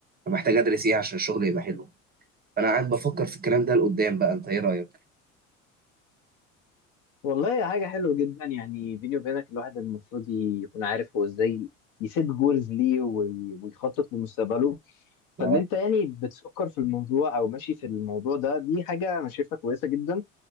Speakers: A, on the right; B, on the left.
A: فمحتاج ادرس ايه عشان الشغل يبقى حلو فانا قاعد بفكر في الكلام ده لقدام بقى انت ايه رايك
B: والله هي حاجة حلوة جدا يعني بيني وبينك الواحد المفروض يكون عارف هو ازاي يسيب جولز ليه وي- ويخطط لمستقبله
A: اه
B: فان انت يعني بتفكر في الموضوع او ماشي في الموضوع ده دي حاجة انا شايفها كويسة جدا